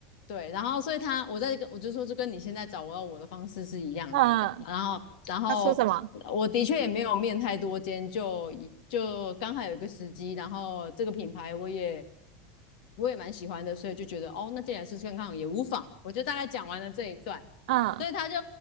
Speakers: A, on the left; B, on the right.
A: 对，然后所以他我在跟我就说是跟你现在找我要我的方式是一样的这样，
B: 嗯，
A: 然后然后
B: 他说什么？
A: 我的确也没有面太多间，就就刚好有一个时机，然后这个品牌我也我也蛮喜欢的，所以就觉得哦，那既然是试看看也无妨，我就大概讲完了这一段，
B: 嗯
A: 所以他就